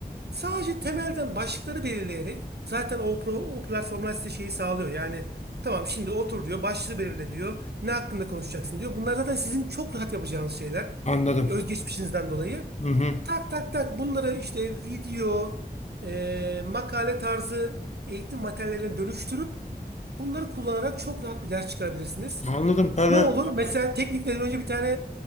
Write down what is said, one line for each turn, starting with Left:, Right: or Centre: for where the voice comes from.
Right: Sadece temelden başlıkları belirleyerek zaten o, pro, o platformlar size şeyi sağlıyor. Yani tamam şimdi otur diyor, başlığı belirle diyor, ne hakkında konuşacaksın diyor. Bunlar zaten sizin çok rahat yapacağınız şeyler.
Left: Anladım.
Right: Özgeçmişinizden dolayı.
Left: Hı hı.
Right: Tak tak tak bunları işte video, e, makale tarzı eğitim materyallerine dönüştürüp bunları kullanarak çok rahat bir ders çıkarabilirsiniz.
Left: Anladım para.
Right: Ne olur? Mesela teknikten önce bir tane